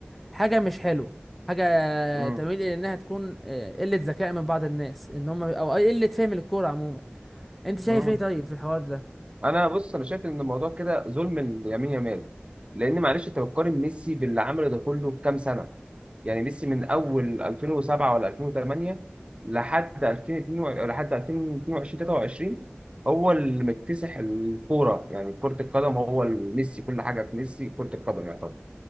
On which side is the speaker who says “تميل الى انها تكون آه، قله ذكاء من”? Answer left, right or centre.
Centre